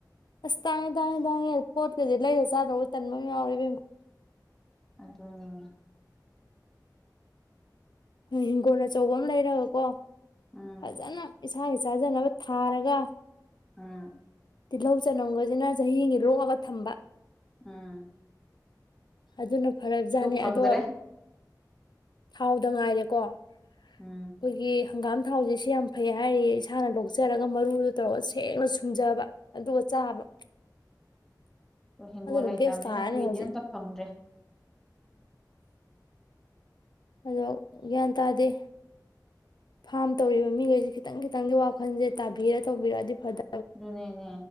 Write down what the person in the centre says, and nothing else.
ꯑꯗꯨꯅꯤꯅꯦ꯫
ꯎꯝ
ꯎꯝ
ꯑꯝ
ꯐꯪꯗ꯭ꯔꯦ
ꯎꯝ
ꯑꯗ ꯍꯤꯡꯒꯣꯜ
ꯂꯩꯇꯕꯅꯤꯅ
ꯑꯩꯈꯣꯏꯗꯤ
ꯑꯝꯇ ꯐꯪꯗ꯭ꯔꯦ
ꯑꯗꯨꯅꯦꯅꯦ